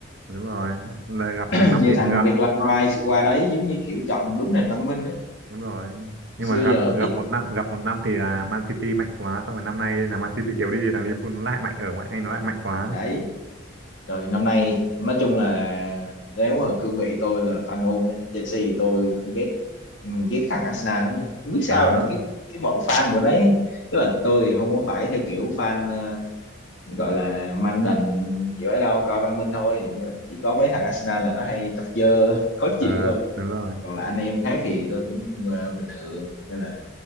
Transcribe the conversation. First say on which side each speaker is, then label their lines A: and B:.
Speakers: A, on the right (about 60°); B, on the left (about 70°).
A: đúng rồi là gặp
B: <laughs> <clears throat>
A: một năm
B: như
A: thì
B: thằng
A: gặp
B: Declan Rice qua đấy giống như kiểu chọn đúng nền văn minh ấy
A: đúng rồi nhưng
B: xưa
A: mà gặp
B: giờ
A: gặp
B: ít
A: một năm gặp một năm thì là Man City mạnh quá xong rồi năm nay là Man City yếu đi thằng Liverpool nó lại mạnh ở ngoại Anh nó lại mạnh quá
B: thì đấy rồi năm nay nói chung là nếu ở cương vị tôi là fan MU nha Chelsea thì tôi không ghét ừ, ghét thằng Arsenal lắm nha không biết sao
A: ờ
B: nữa cái cái bọn fan của đấy tức là tôi thì không có phải theo kiểu fan ờ, gọi là man đần kiểu ấy đâu coi văn minh thôi nhưng mà chỉ có mấy thằng Arsenal là nó hay chọc dơ <laughs> khó
A: ờ
B: chịu thôi
A: đúng rồi
B: Còn là anh em khác thì tôi cũng ờ, bình thường nên là